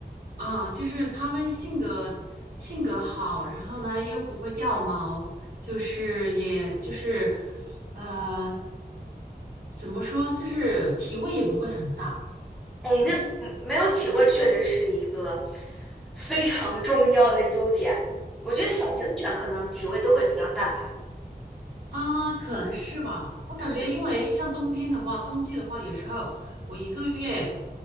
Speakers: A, on the right (about 70°); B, in the centre.
A: 啊，就是他们性格性格好，然后呢又不会掉毛，就是也就是呃怎么说，就是体味也不会很大。
B: 哎，
A: 嗯
B: 那嗯没有体味确实是一个非常重要的优点。我觉得小型犬可能体味都会比较淡吧。
A: 啊，可能是吧。我感觉，
B: 嗯
A: 因为像冬天的话，冬季的话，有时候我一个月